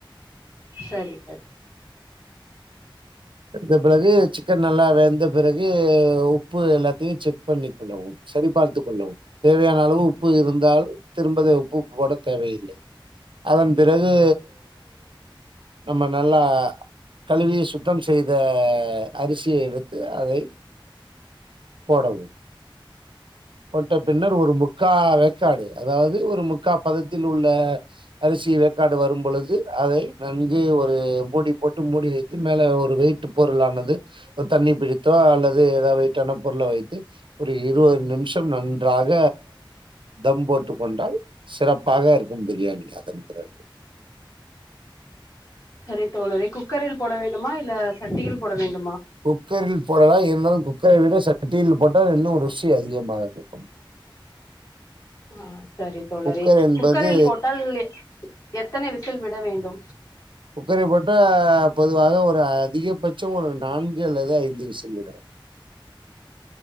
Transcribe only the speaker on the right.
வெந்த பிறகு சிக்கன் நல்லா வெந்த பிறகு உ ப்பு எல்லாத்தையு செக் பண்ணிக் கொள்ளவும் சரி பார்த்துக் கொள்ளவும் தேவையான அளவு உப்பு இருந்தால் திரும்பத உப்பு போட தேவையில்லை அதன் பிறகு நம்ம நல்லா கழுவி சுத் தம் செய்த அரிசியை எடுத்து அதை போடவும் போட்ட பின்னர் ஒரு முக்கா வேக்காடு அதாவ்து ஒரு முக்கா பதத்தில் உள்ள அரிசி வேக்காடு வரும் பொழுது அதை நன்கு ஒரு மூடி போட்டு மூடி வைத் து மேல ஒரு வெயிட்டு பொருளானது ஒரு தண்ணி பிடித்தோ அல்லது எதா வெய்ட்டான பொருள வைத்து ஒரு இருவது நிம்ஷம் நன்றாக தம் போட்டு கொண்டால் சிறப்பாக இருக்கும் பிரியாணி அதன் பிறகு
குக்கரில் போடலா இருந்தாலும் குக்கரை விட சட்டியில் போட்டால் இன்னு ருசி அதிகமாக இருக்கும்
குக்கர் என்பது
குக்கரில் போட்டா பொதுவாக ஒரு அதிகபட்சோ ஒரு நான்கு அல்லது ஐந்து விசில் விடனு